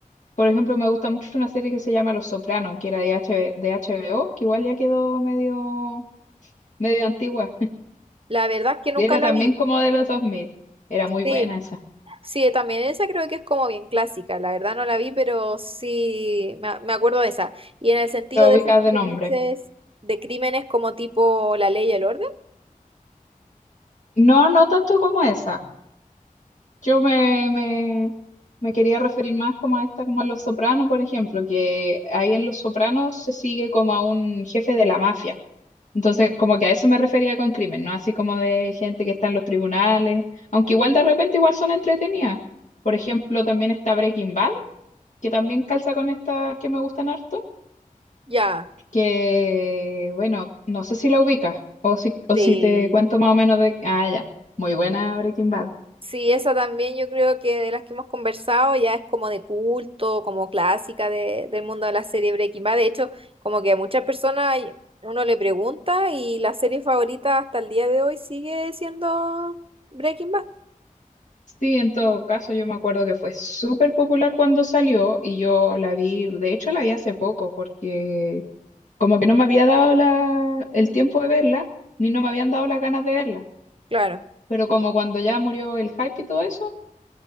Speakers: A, on the left (about 60°); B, on the right (about 40°).
A: Por ejemplo, me gusta mucho una serie que se llama Los Sopranos, que era de HB de HBO, que igual ya quedó medio, medio antigua. <laughs>
B: La verdad es que nunca
A: Y Era
B: la
A: también
B: vi.
A: como de los 2000. Era muy
B: Sí.
A: buena esa.
B: Sí, también esa creo que es como bien clásica, la verdad no la vi, pero sí me, a- me acuerdo de esa. Y en el sentido
A: Lo
B: de
A: ubicas
B: esas que
A: de nombre.
B: dices de crímenes como tipo La Ley y el Orden,
A: No, no tanto como esa. Yo me, me, me quería referir más como a esta, como a Los Sopranos, por ejemplo, que ahí en Los Sopranos se sigue como a un jefe de la mafia. Entonces, como que a eso me refería con crimen, no así como de gente que está en los tribunales, aunque igual de repente igual son entretenidas. Por ejemplo, también está Breaking Bad, que también calza con estas que me gustan harto,
B: ya,
A: que bueno, no sé si la ubicas o si, o
B: sí.
A: si te cuento más o menos de... Ah, ya, muy buena Breaking Bad.
B: Sí, esa también yo creo que de las que hemos conversado ya es como de culto, como clásica de- del mundo de la serie Breaking Bad. De hecho, como que a muchas personas y- uno le pregunta y la serie favorita hasta el día de hoy sigue siendo Breaking Bad.
A: Sí, en todo caso, yo me acuerdo que fue súper popular cuando salió y yo la vi, de hecho la vi hace poco porque como que no me había dado la, el tiempo de verla, ni no me habían dado las ganas de verla.
B: Claro.
A: Pero como cuando ya murió el hype y todo eso,